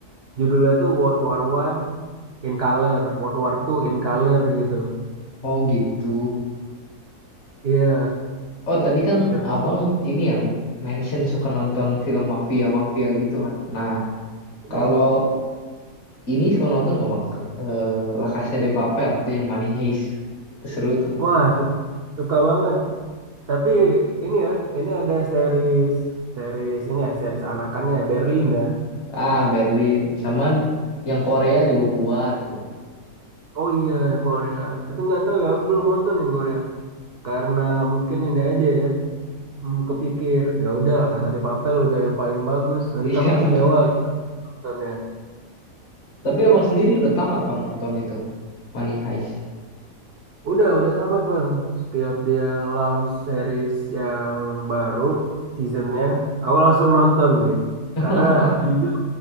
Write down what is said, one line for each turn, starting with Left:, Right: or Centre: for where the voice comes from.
Right: judulnya tuh World War One in color, World War Two in color gitu.
Left: Oh gitu.
Right: Iya,
Left: Oh tadi kan
Right: tapi
Left: abang ini ya m- mention suka nonton film mafia mafia gitu kan. Nah
Right: iya.
Left: kalau ini suka nonton nggak bang? Eh, La Casa de Papel tuh yang Money Heist. Itu seru tuh.
Right: wah su- suka banget. Tapi ini ya, ini ada series series ini ya series anakannya ya, Berlin ya.
Left: Ah, Berlin. Sama d- yang Korea juga buat tuh. <laughs>
Right: Oh iya yang Korea. Tapi nggak tahu ya, aku belum nonton yang Korea. karena mungkin ini aja ya hmm, kepikir ya udah lah Casa de Papel udah yang paling bagus nanti
Left: Iya,
Right: takut kecewa
Left: benar.
Right: gitu nontonnya
Left: Tapi abang sendiri udah tamat bang nonton itu. Money Heist.
Right: udah udah tamat bang setiap dia launch series yang baru seasonnya aku langsung nonton deh
Left: <laughs>
Right: karena jujur